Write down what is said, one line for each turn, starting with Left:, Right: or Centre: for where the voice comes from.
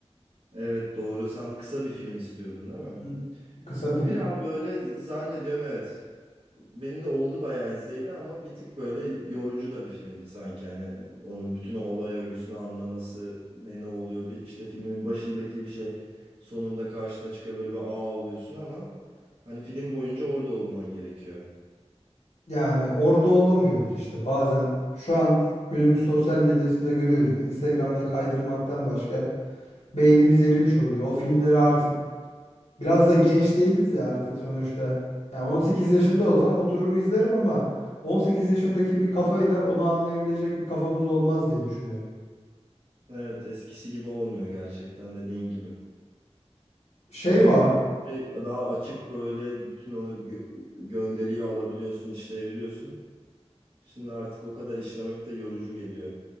Right: Evet doğru. Sen kısa bir film istiyordun değil mi?
Left: Hı, Kısa film.
Right: Bu biraz böyle zannediyorum evet. Benim de oldu bayağı izleyeli ama bir tık böyle yorucu da bir filmdi sanki. Hani onun bütün o olay örgüsünü anlaması, ne ne oluyor bir işte filmin başındaki bir şey sonunda karşına çıkıyor böyle bir aa oluyorsun ama hani film boyunca orada olman gerekiyor.
Left: Yani orada olamıyoruz işte. Bazen şu an günümüz sosyal medyasında görüyoruz. Instagram'da kaydırmaktan başka beynimiz erimiş oluyor. O filmleri artık Biraz da genç değiliz ya artık sonuçta. Yani 18 yaşında olsam oturur izlerim ama 18 yaşındaki bir kafayla onu anlayabilecek bir kafamız olmaz diye düşünüyorum.
Right: Evet eskisi gibi olmuyor gerçekten dediğin gibi.
Left: Şey
Right: O zaman
Left: var
Right: her şey daha açık böyle bütün o gö- gönderiyi alabiliyorsun, işleyebiliyorsun. Şimdi artık o kadar işlemek de yorucu geliyor.